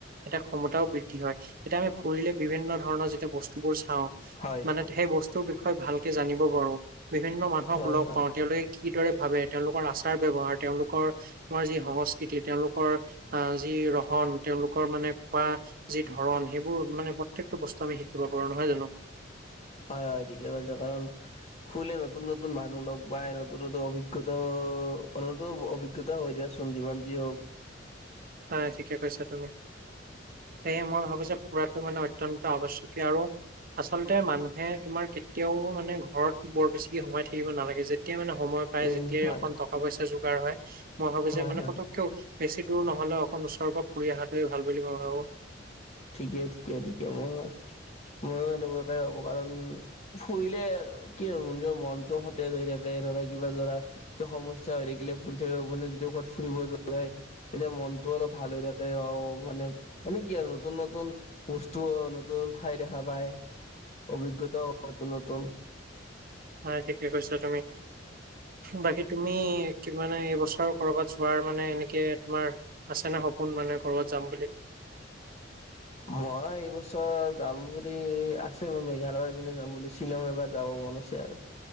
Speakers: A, on the right; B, on the left.
A: এটা ক্ষমতাও বৃদ্ধি হয়, এতিয়া আমি ফুৰিলে বিভিন্ন ধৰণৰ যেতিয়া বস্তুবোৰ চাওঁ,
B: হয়
A: মানে সেই বস্তুৰ বিষয়ে ভালকে জানিব পাৰো, বিভিন্ন মানুহক
B: হয়
A: লগ
B: হয়
A: পাওঁ তেওঁলোকে কিদৰে ভাবে, তেওঁলোকৰ আচাৰ ব্যৱহাৰ, তেওঁলোকৰ তোমাৰ যি সংস্কৃতি, তেওঁলোকৰ আ যি ৰহন, তেওঁলোকৰ মানে খোৱা যি ধৰণ, সেইবোৰ মানে প্ৰত্যেকটো বস্তুৱে আমি শিকিব পাৰো, নহয় জানো?
B: হয়- হয়, ঠিকেই কৈছা কাৰণ ফুৰিলে নতুন- নতুন মানুহ লগ পায়, নতুন- নতুন অভিজ্ঞতা অ অলপটো অভিজ্ঞতা হৈ দিয়াচো চোন যিমান যি হওঁক।
A: হয়, ঠিকে কৈছা তুমি। সেয়ে মই ভাবো যে, ফুৰাটো মানে অত্যন্ত আৱশ্যকীয় আৰু আচলতে মানুহে তোমাৰ কেতিয়াও মানে ঘৰত বৰ বেছিকে সোমাই থাকিব নালাগে যে যেতিয়া মানে সময় পায়,
B: উম
A: যেতিয়াই
B: হয়
A: অকন টকা পইচা যোগাৰ হয়, মই ভাবো
B: হয়
A: যে মানে
B: হয়
A: পতককে বেছি দূৰ ন নহ'লেও অকন ওচৰ পৰা ফুৰি অহাটোৱে ভাল বুলি মই ভাবো।
B: ঠিকে ঠিকে-ঠিকে, মই মইয়ো এনেকুৱাকে ভাবো কাৰণ ফুৰিলে কি আৰু নিজৰ মনটো সতেজ হৈ থাকে ধৰা কিবা ধৰা সমস্যা হৈ থাকিলে ফুৰি থাকিব মানে যদি ক'ৰবাত ফুৰিব যোৱা যায় তেতিয়া মনটো অলপ ভাল হৈ থাকে, অ', মানে- মানে কি আৰু নতুন-নতুন বস্তুও নতুন ঠাই দেখা পায়, অভিজ্ঞতাও নতুন- নতুন।
A: হয় ঠিকে কৈছা তুমি। বাকি তুমি কি মানে এইবছৰ কৰবাত যোৱাৰ মানে এনেকে তোমাৰ আছে নে সপোন মানে কৰ'ৰবাত যাম বুলি?
B: মই এইবছৰ যাম বুলি আছে মই মেঘালয় পিনে যাম বুলি শ্বিলং এবাৰ যাব মন আছে আৰু।